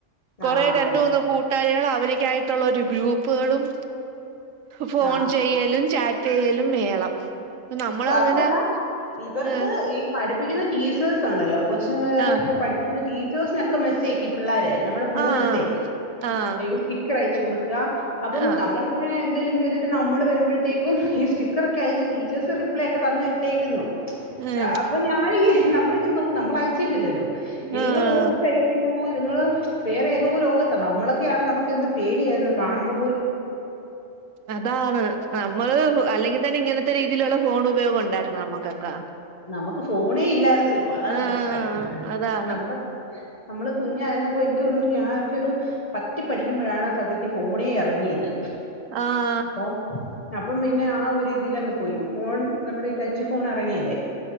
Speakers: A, on the right; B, on the left.
A: കൊറ
B: ആ അതെ
A: രണ്ടൂന്ന്
B: അതെ
A: കൂ ട്ട് കാരികള് അവരൊക്കായിട്ടുള്ള ഗ്രൂപ്പുകളും ഫോൺ
B: ആ
A: ചെയ്യലും ചാറ്റ് റ്റ് ചെയ്യലും മേളം നമ്മള
B: അയ്യോ അതുവല്ല
A: അങ്ങനെ
B: ഇവർക്ക്
A: ആഹ്
B: ഈ പഠിപ്പിക്കുന്ന ടീച്ചേഴ്സ് ഉണ്ടല്ലോ കൊച്ചി ങ്ങളെ
A: ആഹ്
B: പഠിപ്പിക്കുന്ന ടീച്ചേഴ്സിനൊക്കെ മെസ്സേജ് ആയിക്കും പിള്ളാര് നമ്മള് ഫുൺ
A: ആഹ്
B: എടുത്തെ
A: ആഹ്
B: സ്റ്റിക്കർ അയച്ച് കൊടുക്ക അപ്പ
A: ആഹ്
B: നമ്മള് ഇങ്ങനെ എന്തേലും ചെയ്തിട്ട് നമ്മള് വരുമ്പോഴത്തേക്കും ഈ സ്റ്റിക്കർ ഒക്കെ അയച് ചിൽസ് റിപ്ലൈ ഒക്കെ തന്ന് ഇട്ടേക്കുന്നു
A: ഉം
B: അപ്പൊ ഞാന് ഇ നമ്മളിതിൽ നോക്കും നമ്മള് അയച്ചിട്ടില്ലല്ലോ ഇതിങ്ങള്
A: ആഹ്
B: ഓ പിന്നോ ഇതിങ്ങള് വേറെ ഏതോ ലോകത്ത നമ്മളൊക്കെയാണ് നമുക്ക് എന്ത് പേടിയായിരുന്നു കാണുമ്പോ
A: അതാണ് നമ്മള് അല്ലെങ്കിൽ തന്നെ ഇങ്ങനെ ത്തെ രീതിയിലുള്ള ഫോണ് ഉപയോഗം ഉണ്ടായിരുന്നു നമുക്കൊക്ക
B: നമുക്ക് ഫോണേ ഇല്ലായിരുന്നല്ലോ അതാണ്
A: ആഹ്
B: പ്രശ്നം
A: അതാണ്
B: നമ്മടെ നമ്മള് കുഞ്ഞായിരുന്നപ്പോ എനിക്ക് ഒരു ഞാനൊക്കെ ഒരു പത്തിൽ പഠിക്കുമ്പോഴാണ് സത്യത്തി ഫോണേ എറങ്ങിയത്
A: ആഹ്
B: പോം അപ്പം പിന്നെ ആ ഒരു ഇതില അങ്ങ് പോയി ഫോൺ നമ്മുടെ ഈ ടച്ച് ഫോൺ ഇറങ്ങിയതെ